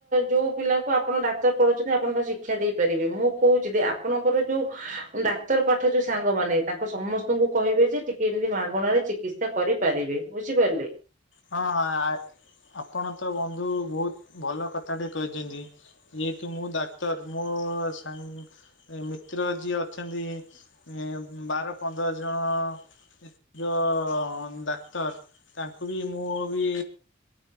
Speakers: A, on the right (about 45°); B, on the left (about 70°).
A: ଯୋଉ ପିଲାକୁ ଆପଣ ଡାକ୍ତର ପଢୁଛନ୍ତି ଆପଣ ତ ଶିକ୍ କ୍ଷା ଦେଇପାରିବେ ମୁଁ କହୁଛି ଯଦି ଆପଣଙ୍କର ଯୋଉ ଡାକ୍ତର ପାଠ ଯୋଉ ସାଙ୍ଗମାନେ ତାଙ୍କ ସମସ୍ତଙ୍କୁ କହିବେ ଯେ ଟିକେ ଏମିତି ମାଗଣାରେ ଚିକି କରିପାରିବେ ବୁଝିପାରିଲେ?
B: ହଁ ଆ ଆପଣ ତ ବନ୍ଧୁ ବହୁତ ଭଲ କଥାଟେ କହିଛନ୍ତି। ଯେହେତୁ ମୁଁ ଡାକ୍ତର ମୋ ସାଙ୍ଗ ମିତ୍ର ଯିଏ ଅଛନ୍ତି। ଏ ବାର ପନ୍ଦର ଜଣ ଯେ ଯୋଉ ଡାକ୍ତର ତାଙ୍କୁ ବି ମୁଁ ବି